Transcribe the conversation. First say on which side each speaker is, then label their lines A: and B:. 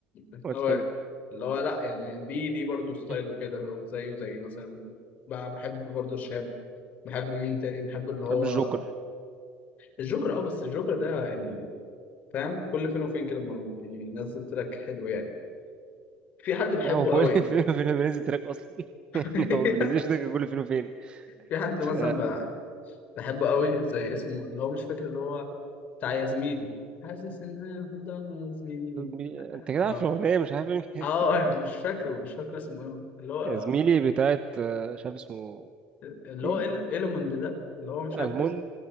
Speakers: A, on the left; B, on the right.
A: اللي
B: ما تحله
A: هو اللي هو لا يعني دي دي برضه ستايله
B: <laughs>
A: كده هو زيه زي مثلا ب- بحب برضه الشاب بحب مين تاني بحب اللي هو
B: بحب الجوكر
A: الجوكر اه بس الجوكر ده يعني فاهم كل فين وفين كده لما بينزل تراك حلو يعني في حد بحبه
B: هو كل
A: قوي
B: <laughs> فين وفين بينزل تراك اصلا <laughs>
A: <laughs>
B: يعني هو ما بينزلش تراك كل فين وفين
A: في حد
B: ف
A: مثلا ب- بحبه قوي زي اسمه اللي هو مش فاكر اللي هو بتاع يا زميلي حاسس ان انا في الضلمه يا زميلي
B: بي- انت كده
A: اه
B: عارف الاغنيه مش عارف إيه؟
A: اه مش فاكره مش فاكر اسمه ايه اللي هو آه،
B: يا زميلي بتاعت آه، مش عارف اسمه
A: اللي
B: ايه
A: هو إل... إلموند ده اللي هو مش
B: الموند
A: عارف اسمه